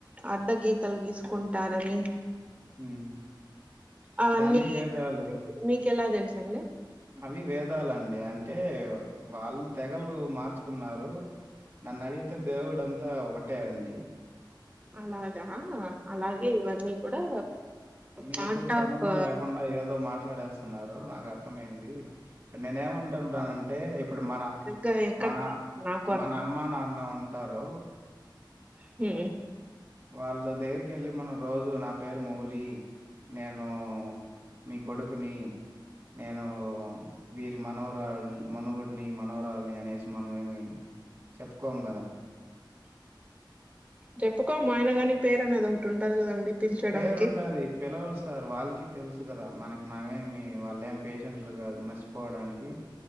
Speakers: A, on the right; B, on the right.
A: అడ్డ గీతలు గీసుకుంటారని
B: హ్మ్
A: అవన్నీ
B: దాన్ని వేదాలు
A: మీ మీకెలా తెలుసండి
B: అవి వేదాలండి అ టే వాళ్ళు తెగలు మార్చుకున్నారు నన్ను అడి తే దేవుడుంతా ఒకటే అండి
A: అలాగా అలాగే ఇవన్నీ కూడా
B: మీరు
A: పార్ట్
B: సంబంధం
A: ఆఫ్
B: లేకుండా ఏదో మాట్లాడేస్తున్నారు నాకు అర్థమయింది నేనే ఏమంటున్నానంటే ఇప్పుడు మన
A: సరిగ్గా ఎక్కడ
B: మన
A: నాకు అర్థం
B: మన అమ్మ నాన్న ఉంటారు
A: హ్మ్
B: వాళ్ళ దగ్గరకి ఎళ్ళి మనం రోజు నా పేరు మౌళి నేను మీ కొడుకుని నేను వీరి మనవరాల్ మనువుడిని మనవరాలిని అనేసి మనమేమి చెప్పుకోం కదా
A: చెప్పుకోము ఆయన కాని పేరు అనేది ఒకటి ఉంటాది కదండి పిలిచడానికి
B: పేరుంటది పిలవస్ సార్ వాళ్ళకి తెలుసు కదా మనకి మనమేమి వాళ్ళ ఏం పేషెంట్లు కాదు మరి పోడానికి